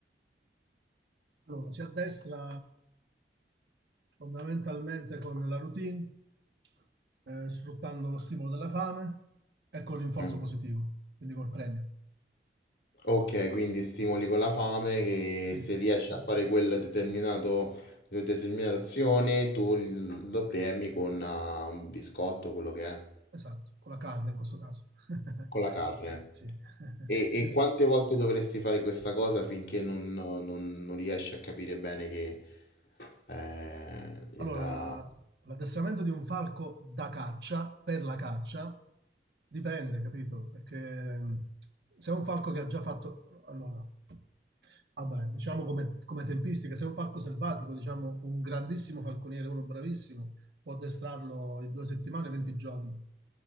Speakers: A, on the right; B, on the left.
A: Allora, si addestra fondamentalmente con la routine, eh, sfruttando lo stimolo della fame e col rinforzo
B: Mm.
A: positivo, quindi col premio.
B: Ok, quindi stimoli con la fame che
A: Sì,
B: se riesci a fare quel determinato, quella determinata azione, tu l- lo premi con ah, un biscotto, quello che è,
A: esatto, con la carne in questo caso. <laughs>
B: con la carne.
A: Sì. <laughs>
B: E, e quante volte dovresti fare questa cosa finché non, non- non riesci a capire bene che eh,
A: Allora,
B: il... ah,
A: l'addestramento di un falco da caccia, per la caccia, dipende, capito? Perché mh, se è un falco che ha già fatto... Allora, vabbè, diciamo come, come tempistica, se è un falco selvatico, diciamo un grandissimo falconiere, uno bravissimo, può addestrarlo in due settimane, 20 giorni.